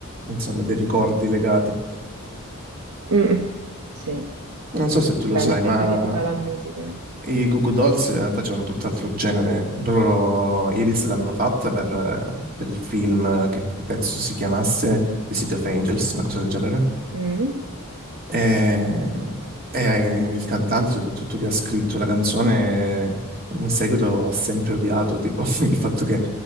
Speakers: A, on the right; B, on the right.
A: insomma, dei ricordi legati.
B: Mm, sì,
A: Non so se tu
B: vabbè,
A: lo sai,
B: l'effetto
A: ma
B: che ti fa la musica.
A: i Goo Goo Dolls eh, facevano tutt'altro genere. Loro Iris l'hanno fatta per, eh, per il film che penso si chiamasse The City of Angels, una cosa del genere.
B: Mm,
A: E, e il cantante, soprattutto che ha scritto la canzone, in seguito ha sempre odiato, tipo, <laughs> il fatto che